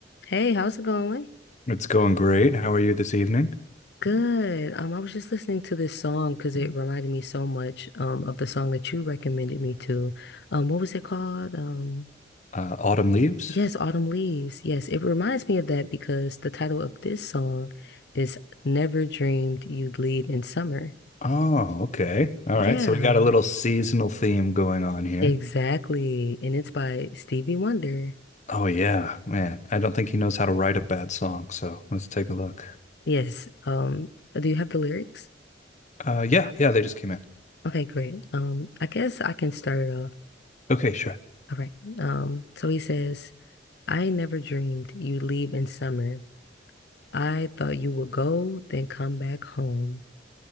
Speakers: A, on the left; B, on the left.
A: Hey, how's it going?
B: It's going great. How are you this evening?
A: Good. Um, I was just listening to this song because it reminded me so much um of the song that you recommended me to. Um, what was it called? Um,
B: Uh, autumn leaves?
A: yes, Autumn Leaves. Yes, it reminds me of that because the title of this song is Never Dreamed You'd Lead in Summer.
B: Oh, okay. All
A: Yeah,
B: right. So we got a little seasonal theme going on here.
A: exactly. And it's by Stevie Wonder.
B: Oh, yeah, man. I don't think he knows how to write a bad song. So let's take a look.
A: Yes. Um, do you have the lyrics?
B: Uh, yeah, yeah, they just came in.
A: Okay, great. Um, I guess I can start it off.
B: Okay, sure.
A: All right. Um, so he says. I never dreamed you'd leave in summer. I thought you would go, then come back home.